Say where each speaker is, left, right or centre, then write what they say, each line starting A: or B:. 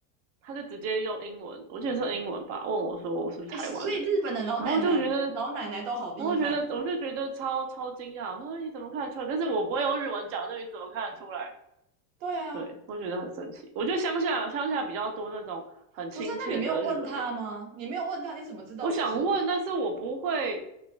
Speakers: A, on the right; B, on the right.
A: 他就直接用英文，我记得是英文吧，问我说我是不是台湾人，
B: 哎，所以日本的老奶奶老奶奶都好厉害，
A: 然后我就觉得然后觉得我就觉得超超惊讶，我说你怎么看得出来？可是我不会用日文讲，那你怎么看得出来？
B: 对啊，
A: 对，我觉得很神奇。我觉得乡下乡下比较多那种很亲切的日本人。
B: 不是？那你没有问他吗？你没有问他，你怎么知道我是？
A: 我想问，但是我不会。